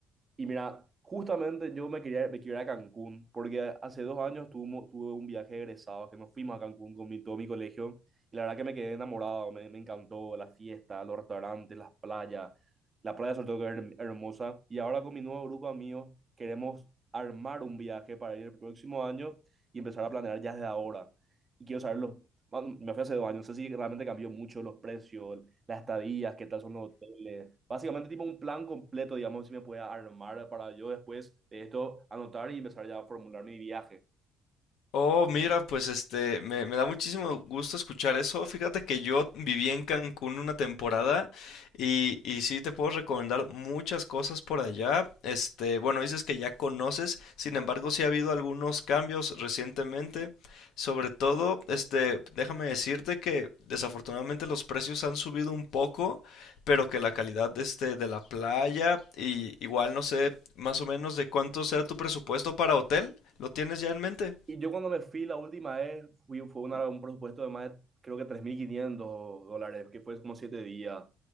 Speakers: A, on the right; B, on the left.
A: Y mira, justamente yo me quería, me quería ir a Cancún, porque hace dos años tuvimos, tuve un viaje de egresados que nos fuimos a Cancún con mi, todo mi colegio, y la verdad que me quedé enamorado, me, me encantó la fiesta, los restaurantes, las playas, la playa sobre todo que es her- hermosa, y ahora con mi nuevo grupo de amigos queremos armar un viaje para ir el próximo año y empezar a planear ya desde ahora. Y quiero saber los, bueno, me fui hace dos años, no sé si realmente cambió mucho los precios, las estadías, qué tal son los hoteles. Básicamente tipo un plan completo, digamos, si me puede armar para yo después de esto anotar y empezar ya a formular mi viaje.
B: Oh, mira, pues este, me, me da muchísimo gusto escuchar eso. Fíjate que yo viví en Cancún una temporada y, y sí te puedo recomendar muchas cosas por allá. Este, bueno, dices que ya conoces, sin embargo, sí ha habido algunos cambios recientemente. Sobre todo, este, déjame decirte que desafortunadamente los precios han subido un poco, pero que la calidad este, de la playa y igual no sé más o menos de cuánto sea tu presupuesto para hotel, ¿lo tienes ya en mente?
A: Y yo cuando me fui la última vez, fui, fue una- un presupuesto de más de, creo que 3.500 dólares, que fue como 7 días,